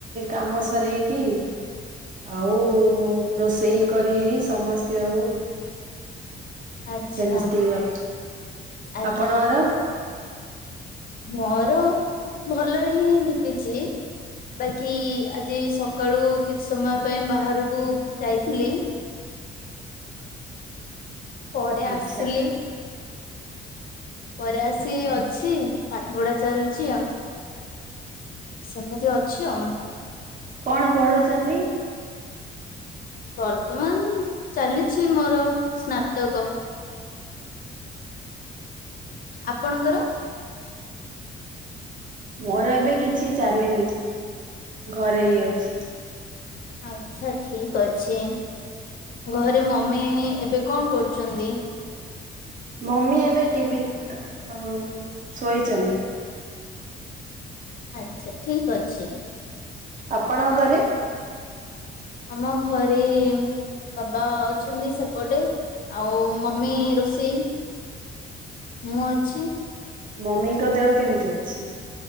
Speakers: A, on the right; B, on the left.
A: କାମ ସରେଇକି। ଆଉ ରୋଷେଇ, କରିକି ସମସ୍ତେ ଆଉ।
B: ଆଚ୍ଛା
A: ସେମିସ୍ତ ଅ
B: ଆଜ୍ଞା
A: ଆପଣଙ୍କର? <inaudible>
B: ମୋର ଭଲରେ ହିଁ ବିତିଛି। ବାକି ଆଜି ସକାଳୁ କିଛି ସମୟ ପାଇଁ ବାହାରକୁ ଯାଇଥିଲି। <inaudible> ପରେ
A: ଆଚ୍ଛା,
B: ଆସିଲି ଘରେ ଆସି ଅଛି। ପାଠ ପଢା ଚାଲିଛି ଆଉ। ସେମିତି ଅଛି ଆଉ।
A: କଣ ପଢୁଛନ୍ତି?
B: ବର୍ତ୍ତମାନ ଚାଲିଛି ମୋର ସ୍ନାତକ। ଆପଣଙ୍କର?
A: ମୋର ଏବେ କିଛି ଚାଲିନି। ଘରେ ହିଁ ଅଛି।
B: ଆଚ୍ଛା ଠିକି ଅଛି। ଘରେ ମମି ଏବେ କଣ କରୁଛନ୍ତି?
A: ମମି ଏବେ ଟିଭି ଅଁ ଶୋଇଛନ୍ତି।
B: ଆଚ୍ଛା ଠିକି ଅଛି।
A: ଆପଣଙ୍କ ଘରେ?
B: ଆମ ଘରେ ଏମ୍ ବାବା ଅଛନ୍ତି ସେପଟେ। ଆଉ ମମି ରୋଷେଇ। ମୁଁ ଅଛି।
A: ମମିଙ୍କ ଦେହ କେମିତି ଅଛି?